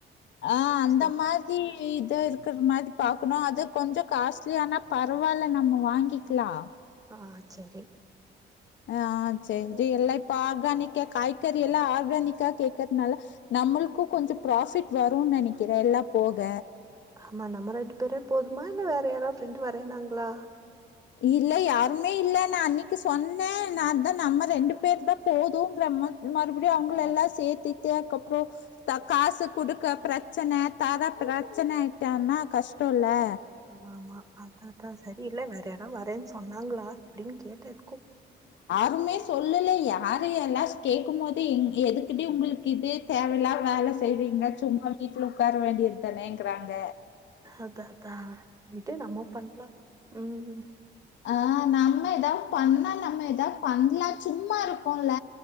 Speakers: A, on the left (about 65°); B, on the right (about 15°).
A: ஆஹ் அந்த
B: சரி
A: மாதி ஏய்த் இதர் இருக்குற மாதி பாக்குனு அது கொஞ்சோ காஸ்லியானா பரவாயில்ல நம்ம வாங்கிக்லா
B: ஆஹ் செரி
A: ஆஹ் ஆ செரி எல்லா இப்ப ஆர்கானிக்க காய்கறி எல்லா ஆர்கானிக்கா கேக்றனால நம்முளுக்கு கொஞ்சோ ப்ராஃபிட் வரும்னு நெனைக்கிற எல்லா போக
B: ஆமா நம்ம ரெண்டு பேர் போதுமா இல்ல வேற யாராவது ஃப்ரெண்டு வரன்னாங்ளா
A: இல்ல யாருமே இல்ல நா அன்னைக்கு சொன்ன நா தா நம்ம ரெண்டு பேரு தா போதும்ங்கற ம மறுபடியு அவங்கள எல்லா சேர்த்திட்டு அதுக்கப்ரோ க காசு குடுக்க பிரச்சன தார பிரச்சன ஆயிட்டான்னா கஷ்டோ ல
B: ஆமா ஆமா அத்தா அதா சரி இல்ல வேற நானும் வரேன்னு சொன்னாங்ளா அப்டின்னு கேட்டதுகு
A: ருமே சொல்லல யாரு எல்லா ஸ் கேட்கும் போது எங எதுக்கிடி உங்ளுக்கு இது தேவையில்லாத வேல செய்றீங்க சும்மா வீட்டுல உட்கார வேண்டியது தனேங்கறாங்க
B: அதத்தா கிட்டே நம்ம பண்ணலா உம்
A: ஆஹ் நம்ம ஏதாவது பண்ணா நம்ம ஏதாவது பண்ணலா சும்மா இருக்கோல